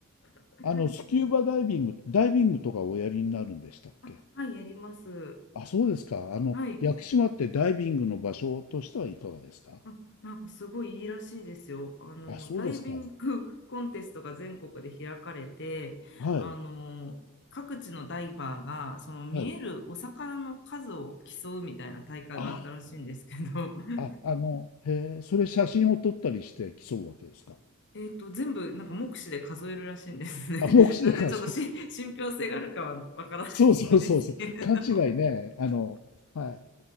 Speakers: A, on the left (about 55°); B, on the left (about 75°).
A: <laughs>
B: あの、スキューバダイビング、ダイビングとかおやりになるんでしたっけ
A: あ、はい、やります。
B: あ、そうですか。あの、
A: はい。
B: 屋久島ってダイビングの場所としてはいかがですか
A: あなんかすごいいいらしいですよ。あの、
B: あ、そうですか。
A: ダイビングコンテストが全国で開かれて、
B: はい。
A: あの、各地のダイバーが、その見えるお魚の数を競うみたいな大会があったらしいんですけど、
B: はい。あ
A: <laughs>
B: あ、あ、あの、へえ、それ写真を撮ったりして競うわけですか
A: えっと、全部なんか目視で数えるらしいんですね。
B: あ、
A: <laughs>
B: 目視でか。
A: なんでちょっとし信憑性があるかはわからないんですけれど。
B: そうそうそうそう。勘違いね。あの、はい。